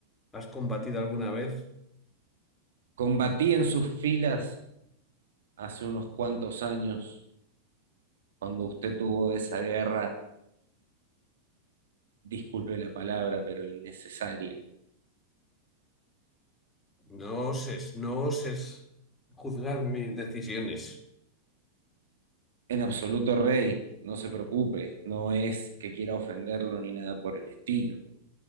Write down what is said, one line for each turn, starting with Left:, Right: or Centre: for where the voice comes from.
Left: ¿Has combatido alguna vez?
Right: Combatí en sus filas hace unos cuantos años, cuando usted tuvo esa guerra, disculpe la palabra, pero innecesaria
Left: No oses, no oses juzgar mis decisiones.
Right: En absoluto, Rey, no se preocupe, no es que quiera ofenderlo ni nada por el estilo,